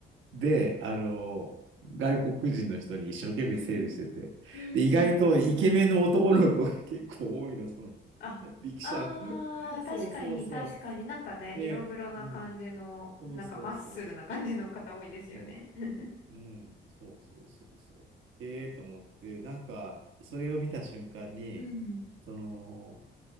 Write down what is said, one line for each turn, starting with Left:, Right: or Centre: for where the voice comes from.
Right: うで、あの、外国人の人に一生懸命セールしてて、
Left: うん、うん、
Right: で、意外とイケメンの男の子が結構多いの、
Left: うん。
Right: その、
Left: あ、
Right: 力車の。
Left: あー、
Right: そうそうそ
Left: 確かに確かになんかね、
Right: う。ね、
Left: 色黒な感じの、
Right: うん。そうそうそうそう。
Left: なんかマッスルな感じの方多いですよね。
Right: そ
Left: <laughs>
Right: う、うん、そうそうそうそう。ええと思って、なんか、それを見た瞬間に、
Left: うん、
Right: その、